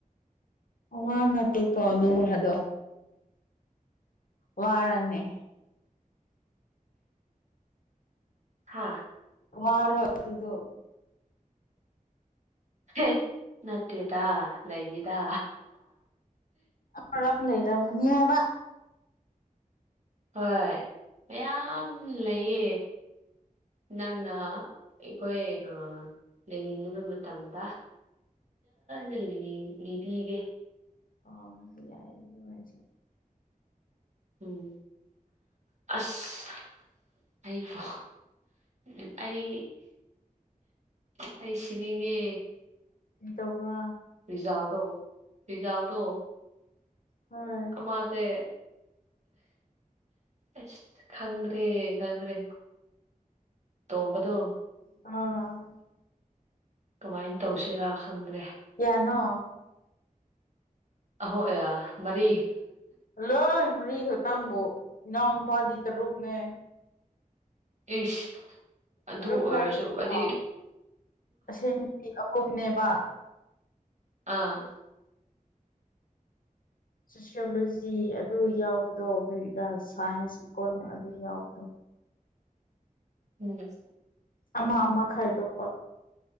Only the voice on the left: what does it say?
ꯋꯥ ꯅ ꯀ ꯑꯗꯨ ꯋꯥꯗꯣ ꯋꯥꯔꯅꯦ
<inaudible> ꯑꯗꯨꯗ
ꯃꯔꯝ ꯂꯩꯔꯝꯒꯅꯤ ꯍꯥꯏꯕ
ꯑ ꯌꯥꯏ ꯑꯗꯨ ꯑꯣꯏꯁꯦ
ꯑꯗꯨꯒ
ꯍꯣꯏ
ꯑ
ꯌꯥꯅꯣ
ꯂꯣꯏ ꯃꯔꯤꯈꯛꯇꯪꯕꯨ ꯏꯅꯥꯎꯅ ꯅꯨꯄꯥꯗꯤ ꯇꯔꯨꯛꯅꯦ
ꯇꯔꯨꯛ
ꯍꯥꯏꯔꯗꯤꯀꯣ
ꯑꯁꯦꯡꯕꯗꯤ ꯑꯍꯨꯝꯅꯦꯕ
ꯁꯣꯁꯤꯌꯣꯂꯣꯖꯤ ꯑꯗꯨ ꯌꯥꯎꯕꯗꯣ ꯑꯩꯈꯣꯏꯒꯤ ꯁꯥꯏꯟꯁ ꯏꯀꯣꯅꯣꯃꯤꯛ ꯑꯗꯨ ꯌꯥꯎꯕꯗꯣ
ꯑꯃ ꯑꯃ ꯈꯥꯏꯗꯣꯛꯄ